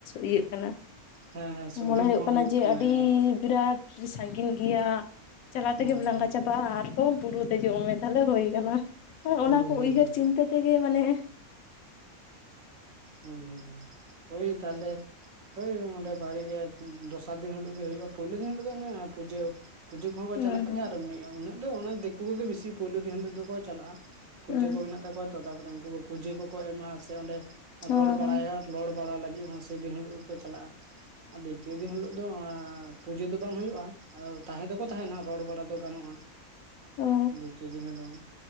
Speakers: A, on the left (about 80°); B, on the right (about 70°).
A: ᱤᱭᱟᱹᱜ ᱠᱟᱱᱟ
B: ᱦᱮᱸ ᱦᱮᱸ ᱦᱮᱸ ᱥᱚᱢᱚᱭ
A: ᱢᱚᱱᱮ ᱦᱩᱭᱩᱜ
B: ᱜᱮ ᱵᱟᱝ
A: ᱠᱟᱱᱟ ᱡᱮ ᱟᱹᱰᱤ
B: ᱦᱮᱸ
A: ᱵᱤᱨᱟᱴ ᱥᱟᱺᱜᱤᱧ ᱜᱮᱭᱟ ᱪᱟᱞᱟᱣ
B: ᱦᱮᱸ
A: ᱛᱮᱜᱮᱢ
B: ᱦᱮᱸ
A: ᱞᱟᱸᱜᱟ
B: ᱦᱮᱸ
A: ᱪᱟᱵ ᱜᱟ ᱟᱨᱦᱚᱸ ᱵᱩᱨᱩ ᱫᱮᱡᱚᱜ ᱢᱮ ᱛᱟᱦᱞᱮ ᱦᱩᱭ ᱟᱠᱟᱱᱟ,
B: ᱦᱩᱸ
A: ᱚᱱᱟ ᱠᱚ
B: ᱦᱩᱸ
A: ᱩᱭᱦᱟᱹᱨ
B: ᱦᱩᱸ
A: ᱪᱤᱱᱛᱟᱹ ᱛᱮᱜᱮ ᱢᱟᱱᱮ
B: ᱦᱳᱭ ᱦᱳᱭ ᱦᱳᱭ, ᱦᱳᱭ ᱛᱟᱦᱞᱮ ᱦᱳᱭ ᱚᱸᱰᱮ ᱵᱷᱟᱜᱤ ᱜᱮ ᱫᱚᱥᱟᱨ ᱫᱤᱱ ᱦᱤᱞᱳᱜ ᱜᱮ ᱦᱩᱭᱩᱜᱼᱟ ᱯᱳᱭᱞᱳ ᱫᱤᱱ ᱦᱤᱞᱳ ᱫᱚ ᱚᱱᱮ ᱯᱩᱡᱟᱹ ᱯᱩᱡᱟᱹ ᱠᱚᱦᱚᱸ ᱠᱚ
A: ᱦᱩᱸ
B: ᱪᱟᱞᱟᱜ
A: ᱦᱩᱸ
B: ᱜᱮᱭᱟ ᱟᱨ ᱢᱤᱫ ᱩᱱᱟᱹᱜ ᱫᱚ ᱫᱤᱠᱩ ᱠᱚᱜᱮ ᱵᱮᱥᱤ ᱯᱳᱭᱞᱳ ᱫᱤᱱ ᱦᱤᱞᱳ ᱫᱚᱠᱚ ᱪᱟᱞᱟᱜᱼᱟ ᱯᱩᱡᱟᱹ
A: ᱦᱩᱸ
B: ᱠᱚ ᱢᱮᱱᱟᱜ ᱛᱟᱠᱚᱣᱟ ᱛᱚ ᱛᱟᱯᱚᱨᱮ ᱩᱝᱠᱩ ᱯᱩᱡᱟᱹ ᱠᱚᱠᱚ ᱮᱢᱟ ᱥᱮ ᱚᱸᱰᱮ
A: ᱦᱚᱸ
B: ᱨᱚᱲ ᱵᱟᱲᱟᱭ
A: ᱦᱚᱸ
B: ᱨᱚᱲ ᱵᱟᱲᱟ ᱞᱟᱹᱜᱤᱫ ᱦᱚᱸ ᱥᱮᱫᱤᱱ ᱦᱤᱞᱳ ᱜᱮᱠᱚ ᱪᱟᱞᱟᱜᱼᱟ ᱟᱨ ᱫᱤᱛᱤᱭᱚ ᱫᱤᱱ ᱦᱤᱞᱳᱜ ᱫᱚ ᱯᱩᱡᱟᱹ ᱫᱚ ᱵᱟᱝ ᱦᱩᱭᱩᱜᱼᱟ ᱟᱫᱚ ᱛᱟᱦᱮᱸ ᱫᱚᱠᱚ ᱛᱟᱦᱮᱱᱟ ᱨᱚᱲ ᱵᱟᱲᱟ ᱫᱚ ᱜᱟᱱᱚᱜᱼᱟ
A: ᱚ ᱚ
B: ᱫᱤᱛᱤᱭᱚ ᱫᱤᱱ ᱦᱤᱞᱚᱜ